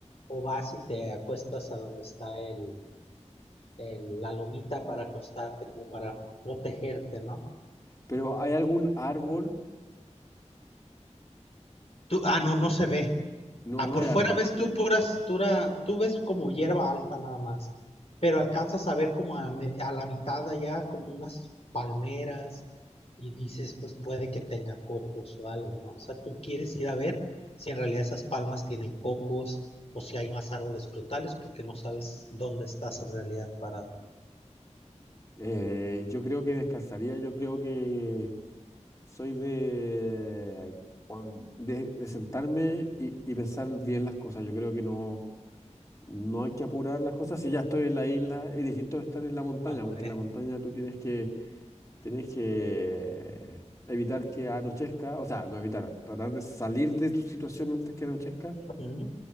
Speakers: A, on the left; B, on the left.
A: o vas y te acuestas a donde está el, el- la lomita para acostarte, como para protegerte, ¿no?
B: Pero ¿hay algún árbol?
A: Tú, ah, no, no se ve.
B: No,
A: Ah,
B: no
A: por
B: hay
A: fuera
B: árboles.
A: ves tú puras, pura- tú ves como hierba alta nada más, pero alcanzas a ver como a, me- a la mitad de allá como unas palmeras y dices, pues puede que tenga cocos o algo, ¿no? O sea, tú quieres ir a ver si en realidad esas palmas tienen cocos o si hay más árboles frutales porque no sabes dónde estás en realidad parado.
B: Eh, yo creo que descansaría, yo creo que soy de, con- de, de sentarme y, y pensar bien las cosas. Yo creo que no, no hay que apurar las cosas. Si ya estoy en la isla, es distinto de estar en la montaña,
A: Ok,
B: porque en la montaña tú tienes que, tienes que evitar que anochezca, o sea, no evitar, tratar de salir de tu situación antes que anochezca
A: ujú,